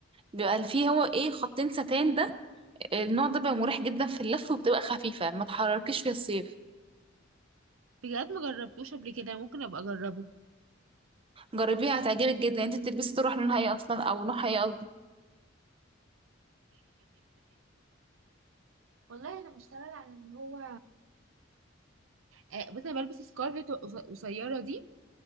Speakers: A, on the right; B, on the right.
A: بيبقى فيه هو ايه خطين ستان ده النوع ده بيبقى مريح جدا في اللف وبتبقى خفيفة ما تحركيش في الصيف
B: بجد ما جربتوش قبل كده ممكن ابقى اجربه
A: جربيها هتعجبك جدا انت بتلبسي تروح لونها ايه اصلا او نوعها ايه قصدي
B: والله انا بشتغل على اللي هو آه بس انا بلبس سكارفت قص- قصيره دي